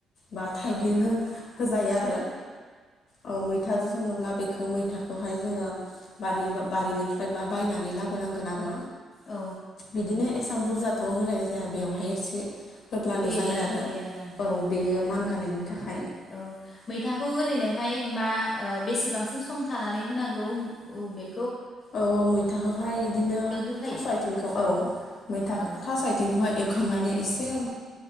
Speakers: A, on the left; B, on the left.
A: बा थाइगिर
B: औ
A: हो होजायो आरो औ मैथा सावनोब्ला बेखौ मैथाखौहाय जोंङो बारि बारिनिफ्राय बा बायनानै लाबोनांगोन आरो।
B: औ
A: बिदिनो एसां बुरजाथ' होनाय जाया बेवहाय एसे होब्लानो
B: होयोब्लानो
A: जायो आरो
B: आरोना नोंथां
A: औ बेयो मान
B: ओ
A: गानायनि थाखाय।
B: औ मैथाखौ ओरैनोहाय मा बेसेबांसो सम थानानै होनांगौ बे।
A: औ मैथाखौहाय बिदिनो
B: होखायो
A: थास' आथिंखौ औ मैथा
B: औ
A: थास' आथिंखौहाय। एवखांनानै एसे